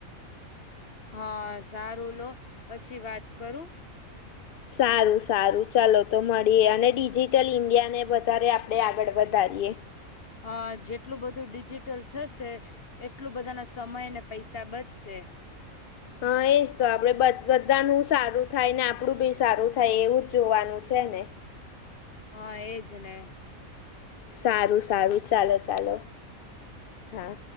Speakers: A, on the left (about 45°); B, on the left (about 60°).
A: હા સારું લો પછી વાત કરું.
B: સારું સારું ચાલો તો મળીએ અને ડિજિટલ ઇન્ડિયા ને વધારે આપડે આગળ વધારીએ.
A: અ જેટલું બધું ડિજિટલ થશે એટલું બધા ના સમય અને પૈસા બચશે.
B: હા એજ તો આપડે બધ બધાનું સારું થાય ને આપડું બી સારું થાય એવું જોવાનું છે ને.
A: હા એજ ને.
B: સારું, સારું, ચાલો, ચાલો, હા.